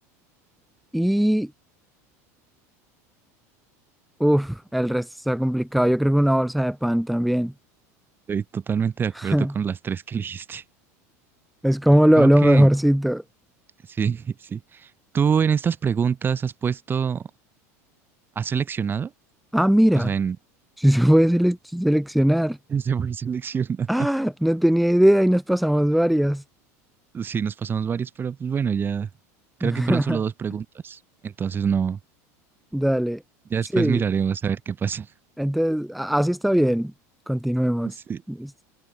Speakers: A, in the centre; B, on the right (about 25°).
A: Y, uff, el resto está complicado. Yo creo que una bolsa de pan también.
B: Estoy totalmente de
A: <laughs>
B: acuerdo con las tres que <laughs> elegiste.
A: Es como lo,
B: Creo
A: lo
B: que
A: mejorcito.
B: Sí, <laughs> sí. ¿Tú en estas preguntas has puesto, has seleccionado?
A: Ah, mira,
B: O sea, en...
A: si se puede sele- seleccionar.
B: <laughs> Se voy seleccionar.
A: Ah,
B: <laughs>
A: no tenía idea y nos pasamos varias.
B: Sí, nos pasamos varios, pero pues bueno, ya creo
A: <laughs>
B: que fueron solo dos preguntas. Entonces no,
A: Dale.
B: ya
A: Sí,
B: después miraremos a ver qué pasa. <laughs>
A: entonces, a- así está bien. Continuemos.
B: Sí.
A: Listo.